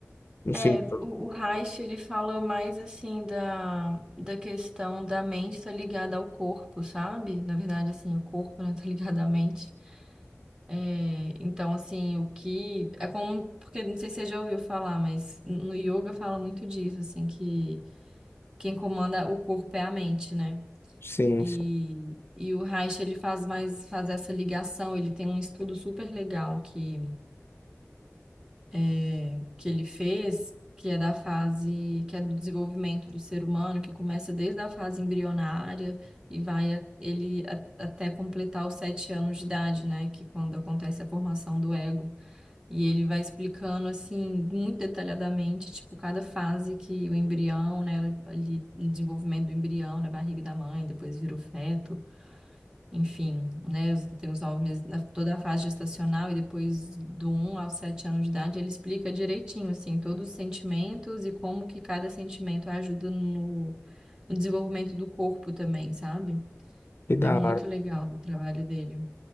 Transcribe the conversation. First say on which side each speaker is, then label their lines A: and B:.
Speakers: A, on the left; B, on the right.
A: não
B: É,
A: sei, se
B: o, o Reich, ele fala mais assim da, da questão da mente estar ligada ao corpo, sabe? Na verdade, assim, o corpo, né, <laughs> tá ligado à mente. É, então, assim, o que... É como... Porque, não sei se você já ouviu falar, mas no yoga fala muito disso, assim, que quem comanda o corpo é a mente, né?
A: sim,
B: E,
A: sim.
B: e o Reich, ele faz mais, faz essa ligação, ele tem um estudo super legal que, é, que ele fez, que é da fase, que é do desenvolvimento do ser humano, que começa desde a fase embrionária e vai a- ele a- até completar os sete anos de idade, né, que é quando acontece a formação do ego. E ele vai explicando, assim, muito detalhadamente, tipo, cada fase que o embrião, né, ali, o desenvolvimento do embrião na barriga da mãe, depois vira o feto, enfim, né? os- Tem os nove meses, na- toda a fase gestacional e depois do um aos sete anos de idade, ele explica direitinho, assim, todos os sentimentos e como que cada sentimento ajuda no, no desenvolvimento do corpo também, sabe?
A: que da
B: É muito
A: hora,
B: legal o trabalho dele.